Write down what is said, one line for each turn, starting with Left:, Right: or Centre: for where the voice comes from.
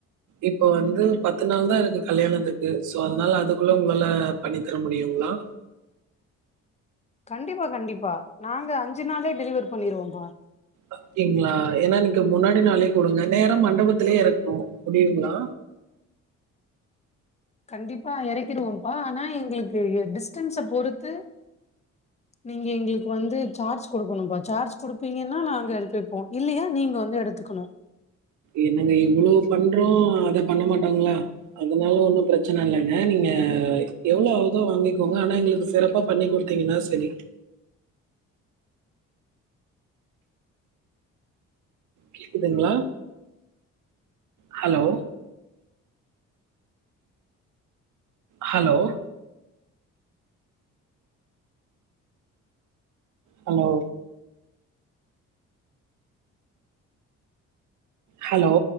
Right: இப்ப வந்து பத்து நாள் தா இருக்கு கல்யாணத்துக்கு சோ அதனால அதுக்குள்ள உங்களால பண்ணி தர முடியுங்களா
Left: கண்டிப்பா கண்டிப்பா நாங்க அஞ்சு நாளே டெலிவர் பண்ணிடுவோப்பா
Right: அப்டிங்களா ஏன்னா எனக்கு முன்னாடி நாளே கொடுங்க நேரா மண்டபத்திலயே இறக்கணு முடியுங்களா
Left: கண்டிப்பா இறக்கிடுவோம்ப்பா ஆனா எங்களுக்கு டிஸ்டன்ஸ பொறுத்து நீங்க எங்களுக்கு வந்து சார்ஜ் கொடுக்கணும்ப்பா சார்ஜ் கொடுப்பீங்கன்னா நா நாங்க எடுத்து வைப்போம் இல்லயா நீங்க வந்து எடுத்துக்கணு
Right: என்னங்க இவ்ளோ பண்றோ அத பண்ண மாட்டாங்களா அதனால ஒன்னு பிரச்சன இல்லங்க நீங்க எவ்ளோ ஆகுதோ வாங்கிக்கோங்க ஆனா எங்களுக்கு சிறப்பா பண்ணி கொடு த்தீங்கன்னா சரி கேக்குதுங்களா ஹலோ ஹலோ ஹலோ ஹலோ